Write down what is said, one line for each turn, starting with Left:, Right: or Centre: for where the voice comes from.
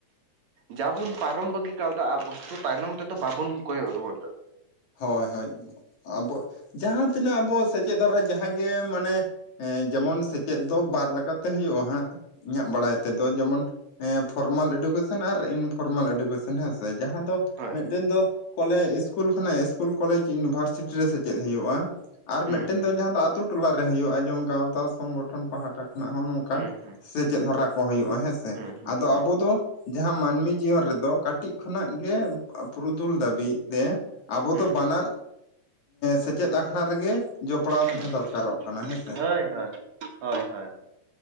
Right: ᱡᱟᱦᱟᱵᱚᱱ ᱯᱟᱨᱚᱢ ᱵᱟᱹᱜᱤ ᱠᱟᱣᱫᱟ ᱟ <unintelligible> ᱛᱟᱭᱱᱚᱢ ᱛᱮᱫᱚ ᱵᱟᱵᱚᱱ ᱠᱚᱭᱚᱜ ᱨᱩᱣᱟᱹᱲ ᱫᱟᱲᱼ
Left: ᱦᱳᱭ ᱦᱳᱭ ᱟᱵᱚ ᱡᱟᱦᱟᱸ ᱛᱤᱱᱟᱹᱜ ᱟᱵᱚ ᱥᱮᱪᱮᱫ ᱫᱷᱟᱨᱟ ᱡᱟᱦᱟᱸᱜᱮ ᱢᱟᱱᱮ ᱼᱼ ᱮᱸ ᱡᱮᱢᱚᱱ ᱥᱮᱪᱮᱫ ᱫᱚ ᱵᱟᱨ ᱞᱮᱠᱟᱛᱮ ᱦᱩᱭᱩᱜᱼᱟ ᱦᱟᱸᱜ। ᱤᱧᱟᱹᱜ ᱵᱟᱲᱟᱭ ᱛᱮᱫᱚ ᱡᱮᱢᱚᱱ ᱮᱸ ᱯᱷᱚᱨᱢᱟᱞ ᱮᱰᱩᱠᱮᱥᱚᱱ ᱟᱨ ᱤᱱᱯᱷᱚᱨᱢᱟᱞ ᱮᱰᱩᱠᱮᱥᱚᱱ। ᱦᱮᱸ ᱥᱮ ᱡᱟᱦᱟᱸ ᱫᱚ
Right: ᱦᱳᱭ
Left: ᱢᱤᱫᱴᱮᱱ ᱫᱚ ᱠᱚᱞᱮ ᱤᱥᱠᱩᱞ ᱠᱷᱚᱱᱟᱜ ᱤᱥᱠᱩᱞ ᱠᱚᱞᱮᱡᱽ ᱤᱭᱩᱱᱤᱵᱷᱟᱨᱥᱤᱴᱤ ᱨᱮ ᱥᱮᱪᱮᱫ ᱦᱩᱭᱩᱜᱼᱟ᱾ ᱟᱨ
Right: ᱦᱩᱸ
Left: ᱢᱤᱫᱴᱮᱱ
Right: ᱦᱩᱸ
Left: ᱫᱚ ᱡᱟᱦᱟᱸ ᱫᱚ ᱟᱛᱩ ᱼᱼ ᱴᱚᱞᱟ ᱨᱮ ᱦᱩᱭᱩᱜᱼᱟ᱾ ᱡᱮᱢᱚᱱ ᱜᱟᱶᱛᱟ ᱥᱚᱝᱜᱚᱴᱷᱚᱱ ᱯᱟᱦᱴᱟ ᱠᱷᱚᱱᱟᱜ ᱦᱚᱸ ᱱᱚᱝᱠᱟᱱ
Right: ᱦᱩᱸ ᱦᱩᱸ
Left: ᱪᱮᱫ ᱦᱚᱨᱟ ᱠᱚ ᱦᱩᱭᱩᱜᱼᱟ ᱦᱮᱸ ᱥᱮ,
Right: ᱦᱩᱸ ᱦᱩᱸ
Left: ᱟᱫᱚ
Right: ᱦᱩᱸ
Left: ᱟᱵᱚ ᱫᱚ ᱡᱟᱦᱟᱸ ᱢᱟᱹᱱᱢᱤ ᱡᱤᱭᱚᱱ ᱨᱮᱫᱚ ᱠᱟᱹᱴᱤᱡ ᱠᱟᱹᱴᱤᱡ ᱠᱷᱚᱱᱟᱜ
Right: ᱦᱩᱸ
Left: ᱜᱮ ᱯᱩᱨᱩᱫᱩᱞ ᱫᱷᱟᱹᱵᱤᱡ ᱛᱮ ᱟᱵᱚ
Right: ᱦᱩᱸ
Left: ᱫᱚ ᱵᱟᱱᱟᱨ ᱥᱮᱪᱮᱫ ᱟᱠᱷᱲᱟ ᱨᱮᱜᱮ ᱡᱚᱯᱲᱟᱣ ᱛᱟᱦᱮᱸ
Right: ᱦᱩᱸ
Left: ᱫᱚᱨᱠᱟᱨᱚᱜ᱾ ᱠᱟᱱᱟ ᱦᱮᱸᱥᱮ
Right: ᱦᱳᱭ ᱦᱳᱭ ᱦᱳᱭ ᱦᱭᱳᱭ᱾